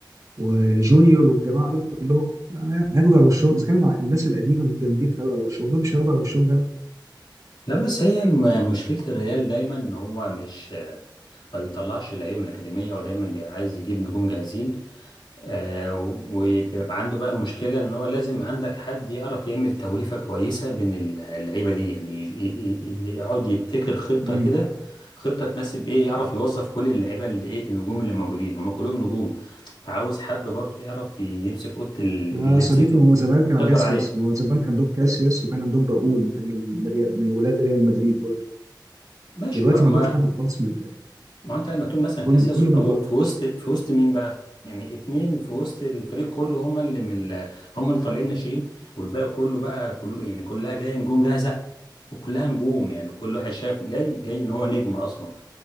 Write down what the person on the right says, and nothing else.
وجونيور والجماعه دول كلهم لا، هياخدوا على وشهم اذا كان الع- الناس القديمه الجامدين خدوا على وشهم دول مش هياخدوا على وشهم
جامد
يا
صديقي
ما هو زمان كان عند
كاسياس
ما هو زمان كان عندهم كاسياس وكان عندهم راؤول ما كان من ريال- من ولاد ريال مدريد برضه
دلوقتي
ما عندهمش حد خالص من
كل كله
من بره